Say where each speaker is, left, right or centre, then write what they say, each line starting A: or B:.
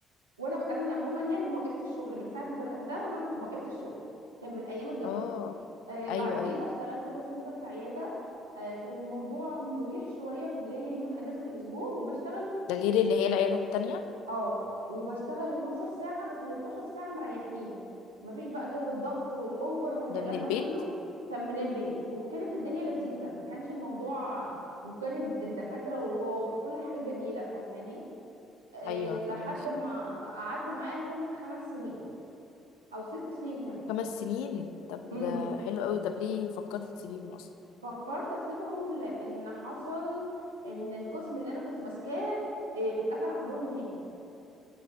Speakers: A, on the right; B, on the left.
A: وانا انا عموما يعني وقفت الشغل من ساعه ما بدات ده وانا وقفت الشغل كان من ايام الجامعه
B: اه
A: آه
B: ايوه
A: بعديها
B: ايوه
A: اشتغلت كول سنتر في عياده آه كان الموضوع مريح شويه كان ليا يوم اجازه في الاسبوع وبشتغل
B: ده غير اللي هي العيادة التانية
A: اه وبشتغل 12 ساعه بس ال 12 ساعه مريحين مفيش بقى جو الضغط والاوبر والكلام
B: ده من البيت
A: ده كله كان من البيت وكانت الدنيا لذيذه ما كانش الموضوع وكان الدكاتره لطاف وكل حاجه جميله فاهماني آه،
B: أيوة
A: لحد
B: فاهمك
A: ما قعدت معاهم خمس سنين او ست سنين كمان
B: خمس سنين طب
A: امم
B: ده حلو قوي طب ليه فكرت تسيبيهم أصلا
A: فكرت اسيبهم لان حصل ان القسم اللي انا كنت ماسكاه إيه، اتقفل عندهم نهائي